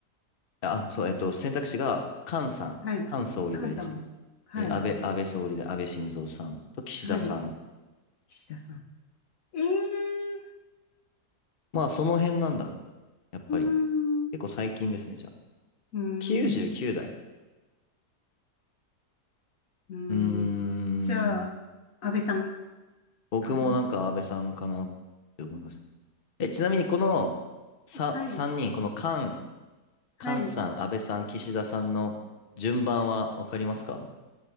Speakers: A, on the left; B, on the left.
A: あ、そう、えっと、選択肢が、菅さん、
B: はい。
A: 菅総理大臣、
B: 菅さん。はい。
A: えー安倍、安倍総理大、安倍晋三さんと岸田さん。
B: はい。岸田さん。ええ
A: まあ、その辺なんだ。やっぱり。
B: うーん。う
A: 結構最近ですね、じゃあ。
B: ーん。
A: 99代。
B: うーん。
A: うーん。
B: じゃあ、安倍さん
A: 僕もなんか安倍さんかなって思います。
B: かな。
A: え、ちなみにこの3、
B: はい。
A: 三人、この菅、
B: はい。
A: 菅さん、安倍さん、岸田さんの順番はわかりますか